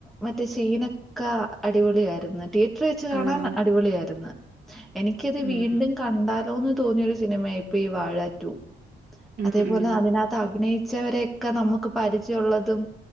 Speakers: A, in the centre; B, on the right.
A: മറ്റേ ശീനൊക്കെ അടിപൊളി ആയിരുന്ന് തിയേറ്ററീ വെച്ച് കാണാൻ
B: ആഹ്
A: അടിപൊളിയായിരുന്ന് എനിക്ക് ക്കത് അത്
B: ഉം
A: വീണ്ടും കണ്ടാലോന്ന് തോന്നിയൊരു സിനിമ ആയിപ്പോയി ഈ വാഴാ റ്റൂ
B: ഉം
A: അതേപോലെ
B: ഉം
A: അതിനകത്ത് അഭിനയി ച്ചവരെയൊക്കെ നമുക്ക് പരിചയം ഉള്ളതും